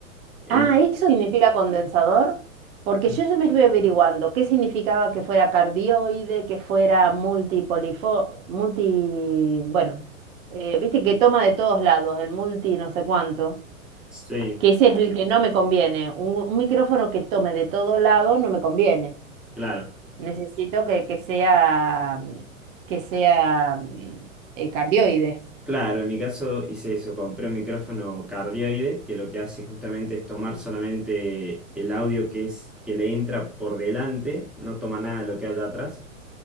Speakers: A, in the centre; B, on the right (about 65°).
A: En-
B: Ah, eso significa condensador, porque
A: en-
B: yo ya me estuve averiguando qué significaba que fuera cardioide, que fuera multipolifo, multi, bueno, eh, viste que toma de todos lados, el multi no sé cuánto,
A: sí,
B: que ese es el que no me conviene. Un, un micrófono que tome de todos lados no me conviene.
A: claro.
B: Necesito que, que sea, mm, que sea mm, eh, cardioide.
A: Claro, en mi caso hice eso, compré un micrófono cardioide que lo que hace justamente es tomar solamente el audio que es que le entra por delante, no toma nada de lo que haya atrás